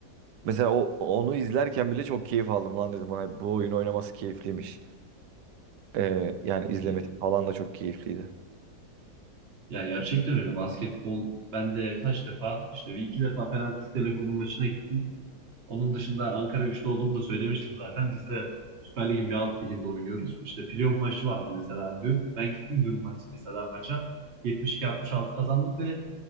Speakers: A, on the right; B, on the right.
A: Mesela o onu izlerken bile çok keyif aldım lan dedim ona bu oyun oynaması keyifliymiş. E, yani izlemesi
B: Ya,
A: falan da çok keyifliydi.
B: ya gerçekten öyle basketbol ben de kaç defa işte bir iki defa falan Türk Telekom'un maçına gittim. Onun dışında Ankara güçlü olduğumu da söylemiştim zaten. Biz de Süper Lig'in bir alt liginde oynuyoruz. İşte playoff maçı vardı mesela dün. Ben gittim dün maç, mesela maça. 72-66 kazandık ve